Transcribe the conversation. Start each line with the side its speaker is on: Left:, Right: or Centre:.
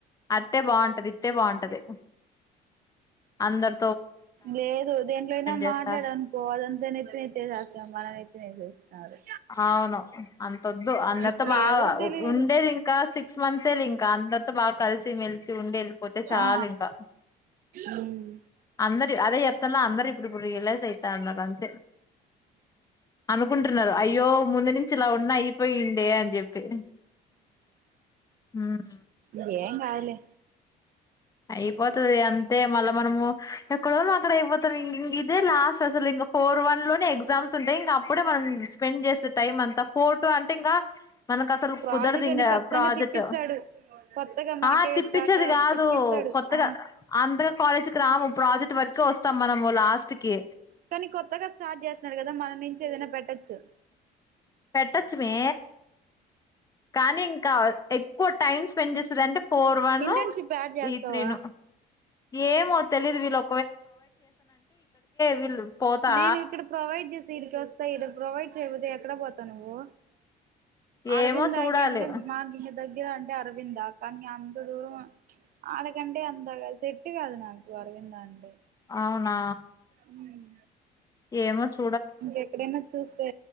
Left: అట్టే బాగుంటది ఇట్టే బాగుంటంది అందర
Right: లేదు దేంట్లో అయినా
Left: చేస్తా
Right: మాట్లాడనుకో అదంతా నెత్తినెత్సేస్తం మన నెత్తినేసేస్తున్నారు
Left: అవును అంత వద్దు అందరితో
Right: ఇప్పుడు
Left: బాగా
Right: ఎవరు తెలీదు
Left: ఉండేది ఇంకా సిక్స్ మంత్స్ ఇంకా అందరితో బ కలిసి మెలిసి ఉండే పోతే చాల
Right: ఆ
Left: ఇంకా
Right: ఉమ్
Left: అందరి అదే చెప్తన్నా అందరి ఇప్పుడు పడిలే సతా అంద అనుకుంట అయ్యో ముందు నుంచి ఇలా ఉన్న అయిపోయిండే చెప్పి హ్మ్
Right: మ్ ఏం కాద్ లే
Left: అయిపోతుది అంతే మళ్ళ మనము ఎక్కడోళ్ళు అక్కడ అయిపోతాం ఇ ఇంగ ఇదే లాస్ట్ అసలు ఇంగ ఫోర్ వన్ లోనే ఎగ్జామ్స్ ఉంటాయి ఇంగ అప్పుడే మనం స్పెండ్ చేస్తే టైమ్ అంతా ఫోర్టు అంటే ఇంగ మనకు అసలు
Right: ప్రాజెక్ట్
Left: కుదరదు ఇంగ
Right: అని ఖచ్చితంగా
Left: ప్రాజెక్ట్
Right: తిప్పిస్తాడు కొత్తగా మనకే
Left: ఆ తిప్పిచ్చేది
Right: స్టార్ట్
Left: కాదు
Right: తిప్పిస్తాడు
Left: ఓ కొత్తగా
Right: ఆ
Left: అంతగా కాలేజ్ కి రాము ప్రాజెక్ట్ వర్క్ వస్తాం మనము లాస్ట్ కి
Right: కానీ కొత్తగా స్టార్ట్ చేస్సన్నడు కదా మన నుంచి ఏదైనా పెట్ట టచ్చు
Left: పెట్టచ్చు మే కానీ ఇంకా ఎక్కువ టైమ్స్ పన్ చేస్తదంటే ఫోర్ వన్నో
Right: ఇంటర్న్షిప్ యాడ్ చేస్తావా
Left: ఈ త్రీ నో ఏమ్ తెలిదు విలొ వీళ్ళు పోతా
Right: నేను ఇక్కడ ప్రొవైడ్ చేసి ఇడికి వస్తాయ్ ఇ ప్రొవైడ్ చేయపోతే ఎక్కడ పో పోతావ్ నువ్వు అరవిందాకి
Left: ఏమో చూడాలి
Right: అంటే మాకింక దగ్గర అంటే అరవింద కానీ ఎంత దూరం ప్చ్ ఆడకంటే అంతగా సెట్టు కాదు నాకు అరవిందా అండి
Left: అవునా
Right: హుమ్
Left: ఏమో చు
Right: ఇంకెక్కడైనా చూస్తే